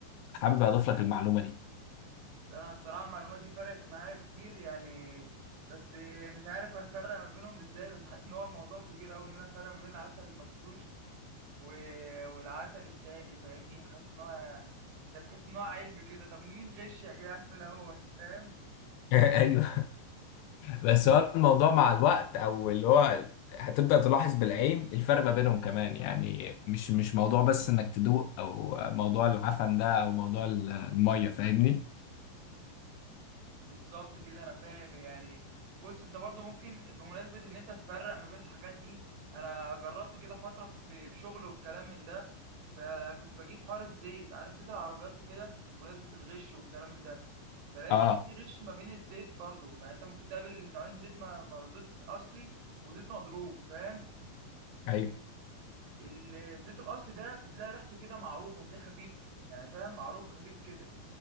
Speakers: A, on the left; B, on the right.
A: حابب اضيف لك المعلومه دي
B: أنا الصراحة المعلومة دي فرقت معايا كتير يعني بس مش عارف أفرق ما بينهم إزاي بس حاسس إن هو الموضوع كبير أوي إن أنا أفرق ما بين العسل المغشوش و... والعسل التاني فاهمني حاسس إن هو ده تحس إن هو علم كده طب مين غش يا جدع في الأول فاهم
A: <laughs> ايوه بس هو الموضوع مع الوقت او اللي هو هتبدأ تلاحظ بالعين الفرق ما بينهم كمان يعني مش مش موضوع بس انك تدوق او موضوع العفن ده او موضوع المية فاهمني
B: بالظبط كده انا فاهم يعني بص انت برضو ممكن بمناسبه ان انت تفرق ما بين الحاجات دي انا جربت كده فتره كنت في شغل والكلام من ده فكنت بجيب حوار الزيت عارف زيت العربيات وكده بمناسبه الغش والكلام من ده فلقيت
A: اه
B: ان في غش ما بين الزيت برضو يعني انت ممكن تقابل نوعين زيت ما ما- زيت اصلي وزيت مضروب فاهم
A: ايوه
B: الزيت الاصلي ده بتلاقي ريحته كده معروفه هتلاقيه خفيف يعني فاهم معروف خفيف كده